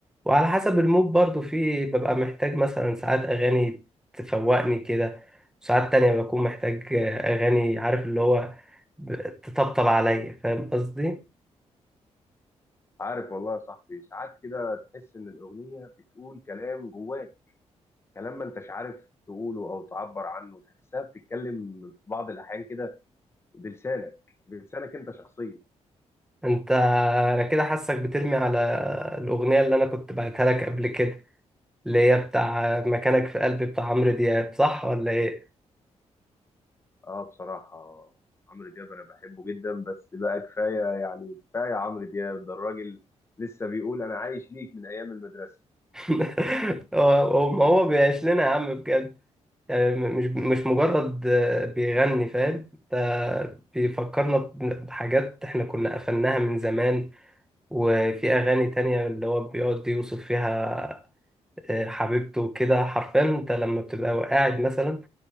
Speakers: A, in the centre; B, on the left.
A: وعلى حسب المود برضو في ببقى محتاج مثلا ساعات اغاني تفوقني كده وساعات تانية بكون محتاج آه، اغاني عارف اللي هو ب- تطبطب عليا فاهم قصدي
B: عارف والله يا صاحبي ساعات كده تحس ان الاغنيه بتقول كلام جواك كلام ما انتش عارف تقوله او تعبر عنه تحسها بتتكلم في بعض الاحيان كده بلسانك بلسانك انت شخصيا
A: انت انا كده حاسك بترمي على الاغنية اللي انا كنت بعتها لك قبل كده اللي هي بتاع مكانك في قلبي بتاع عمرو دياب صح ولا ايه؟
B: اه بصراحه عمرو دياب انا بحبه جدا بس بقى كفايه يعني كفايه عمرو دياب ده الراجل لسه بيقول انا عايش ليك من ايام المدرسه
A: <laughs> هو هو- ما هو بيعيش لنا يا عم بجد يعني م- مش مش مجرد آه، بيغني فاهم ده بيفكرنا ب- بحاجات احنا كنا قفلناها من زمان وفي اغاني تانية اللي هو بيقعد يوصف فيها آه، حبيبته وكده حرفيا انت لما بتبقى قاعد مثلا